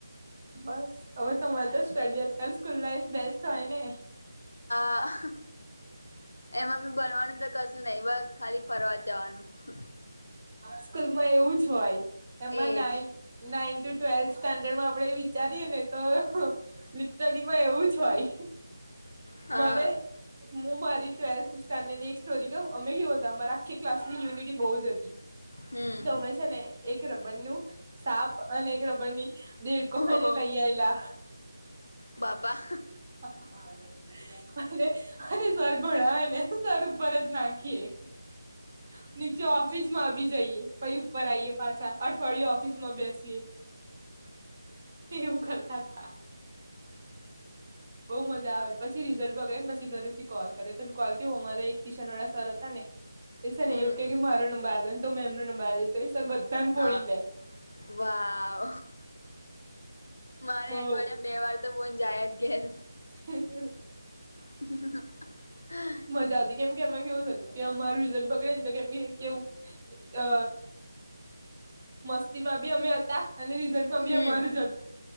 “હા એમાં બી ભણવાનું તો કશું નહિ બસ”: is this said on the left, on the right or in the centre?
Left